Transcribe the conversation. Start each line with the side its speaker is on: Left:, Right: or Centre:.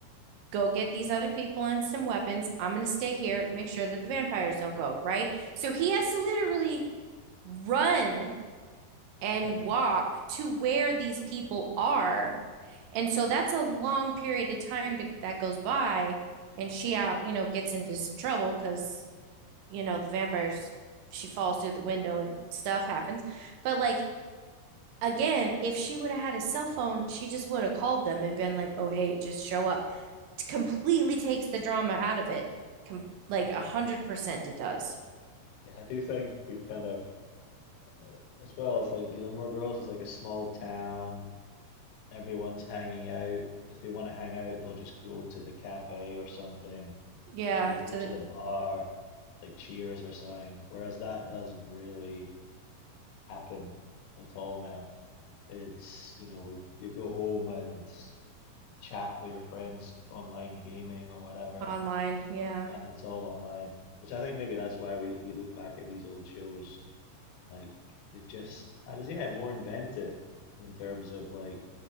Right: go get these other people and some weapons. I'm going to stay here, make sure that the vampires don't go, right? So he has to literally run and
Left: Right.
Right: walk to where these people are. And so that's a long period of time to, that goes by. And she out, you know, gets into some trouble because you know, the vampires, she falls through the window and stuff happens. But like again, if she would have had a cell phone, she just would have called them and been like, "Oh, hey, just show up." It completely takes the drama out of it. Com- like
Left: Yeah.
Right: a hundred percent, it does.
Left: Yeah. I do think we kind of, uh, as well as like Gilmore Girls, is like a small town. Everyone's hanging out. If they want to hang out, they'll just go to the cafe or something,
Right: Yeah,
Left: or go
Right: to
Left: to
Right: the
Left: the bar, like Cheers or something. Whereas that doesn't really happen at all now. It's, you know, you go home and chat with your friends online gaming or whatever,
Right: online. Yeah,
Left: and it's all online, which I think maybe that's why we, we look back at these old shows Like they're just, I just yeah, more inventive in terms of like